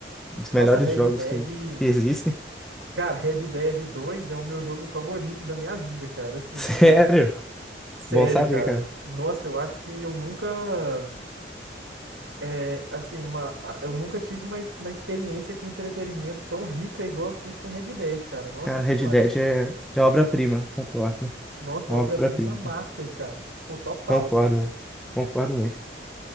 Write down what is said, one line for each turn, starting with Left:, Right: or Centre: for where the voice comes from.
Centre: Um dos
Right: Nossa,
Centre: melhores
Right: Red
Centre: jogos
Right: Dead,
Centre: que que existem.
Right: cara, Red Dead dois é o meu jogo favorito da minha vida, cara. Assim,
Centre: Sério?
Right: eu, sério,
Centre: Bom saber,
Right: cara.
Centre: cara.
Right: Nossa, eu acho que eu nunca É, assim, uma, a- eu nunca tive uma, ex- uma experiência com entretenimento tão rica igual eu tive com Red Dead, cara. Nossa
Centre: Cara,
Right: senhora.
Centre: Red Dead é, é obra-prima, concordo. É
Right: Nossa, obra-prima
Centre: Uma Obra-prima,
Right: master,
Centre: cara.
Right: cara. Pô, total.
Centre: Concordo, velho. Concordo muito.